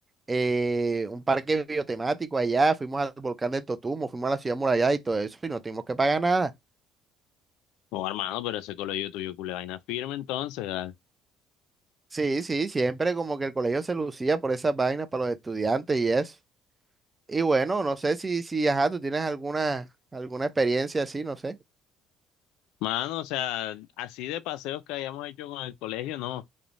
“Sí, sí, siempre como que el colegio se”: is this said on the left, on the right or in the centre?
Right